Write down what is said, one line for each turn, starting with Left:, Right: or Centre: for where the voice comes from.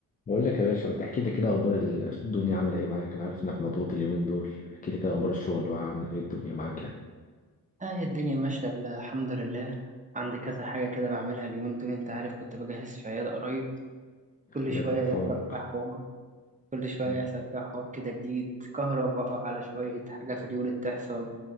Left: بقول لك يا باشا ما تحكي لي كده اخبار الدنيا عامله ايه معاك انا عارف انك مضغوط اليومين دول احكي لي كده اخبار الشغل وعامله ايه الدنيا معاك يعني
Right: اه هي الدنيا ماشية الحمد لله عندي كذا حاجة كده بعملها اليومين دول انت عارف كنت بجهز في عيادة قريب كل
Left: الله
Right: شوية
Left: يكون في
Right: يحصل
Left: عونك
Right: فيها حوار كل شوية
Left: <laughs>
Right: يحصل فيها حوار كده جديد كهرباء على شوية حاجة في اليونت تحصل